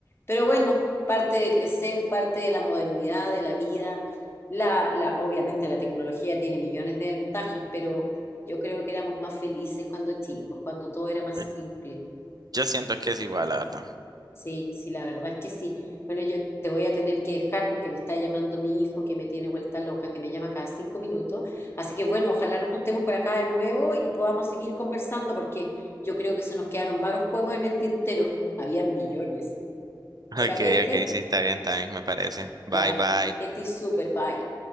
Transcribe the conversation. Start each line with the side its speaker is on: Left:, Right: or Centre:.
Left: Pero bueno, parte de crecer, parte de la modernidad, de la vida. La, la, obviamente la tecnología tiene millones de ventajas, pero yo creo que éramos más felices cuando chicos, cuando todo era más
Right: Eh,
Left: simple.
Right: Yo siento que es igual, la verdad.
Left: Sí, sí, la verdad es que sí. Bueno, yo te voy a tener que dejar porque me está llamando mi hijo que me tiene vuelta loca, que me llama cada cinco minutos. Así que bueno, ojalá nos juntemos por acá de nuevo y podamos seguir conversando porque yo creo que se nos quedaron varios juegos en el tintero. Habían millones.
Right: Okay,
Left: ¿Te parece?
Right: okay, sí, está bien, está bien, me parece. Bye,
Left: Ya,
Right: bye.
Left: que estoy súper, bye.